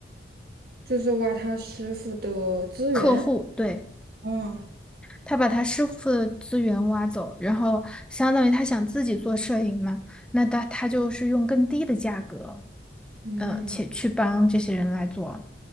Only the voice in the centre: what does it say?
客户，对，
他把他师傅的资源挖走，然后相当于他想自己做摄影嘛，那他他就是用更低的价格，
呃，且去帮这些人来做。